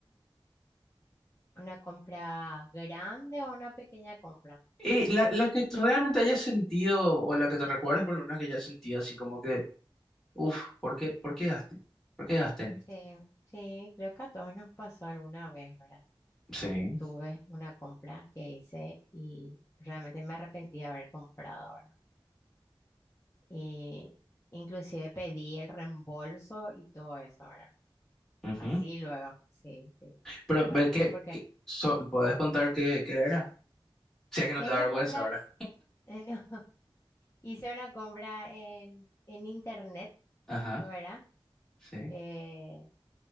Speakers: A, on the left (about 30°); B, in the centre.
A: ¿Una compra grande o una pequeña compra?
B: Y la, la que tú realmente hayas sentido, o la que te recuerdes, por lo menos que hayas sentido así como que, uff, ¿por qué, por qué gasté? ¿Por qué gasté en esto?
A: Sí, sí, creo que a todos nos pasó alguna vez, ¿verdad?
B: Sí.
A: Tuve una compra que hice y realmente me arrepentí de haber comprado, ¿verdad? Y inclusive pedí el reembolso y todo eso, ¿verdad?
B: ujú.
A: Así luego, sí, sí.
B: Pero,
A: Realmente
B: ve, ¿qué,
A: porque
B: qué- so- ¿puedes contar qué, qué era? Si es que no
A: es
B: te da
A: una
B: vergüenza
A: compra...
B: ahora.
A: <laughs> Hice una compra en, en internet,
B: Ajá,
A: ¿verdad?
B: sí.
A: Eh,